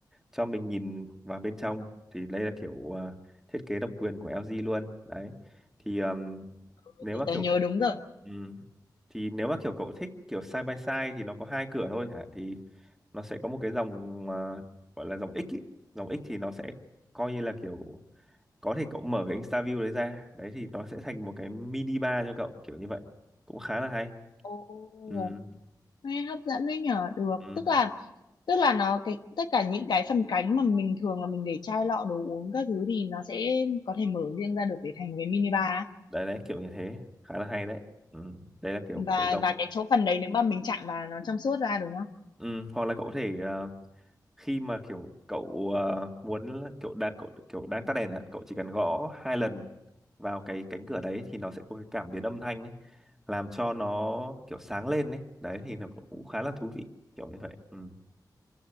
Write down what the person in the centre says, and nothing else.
cho mình nhìn vào bên trong thì đây là kiểu à, thiết kế độc quyền của LG luôn đấy thì ừm,
nếu
mà
kiểu
ừm, thì nếu mà kiểu cậu thích kiểu side by side thì nó có hai cửa thôi hả thì nó sẽ có một cái dòng à, gọi là dòng X ý. dòng X thì nó sẽ coi như là kiểu có thể cậu mở cái Insta view đấy ra đấy thì nó sẽ thành một cái mini bar cho cậu kiểu như vậy cũng khá là hay
ừ
Ừ.
Đấy đấy kiểu như thế khá là hay đấy ừ. Đây là kiểu
cái dòng
ừ. Hoặc là cậu có thể ờ, khi mà kiểu cậu ờ, muốn kiểu đang cậu, kiểu đang tắt đèn ạ cậu chỉ cần gõ hai lần vào cái cánh cửa đấy thì nó sẽ có cái cảm biến âm thanh ấy, làm cho nó kiểu sáng lên đấy đấy thì nó cũng cũng khá là thú vị kiểu như vậy ừ.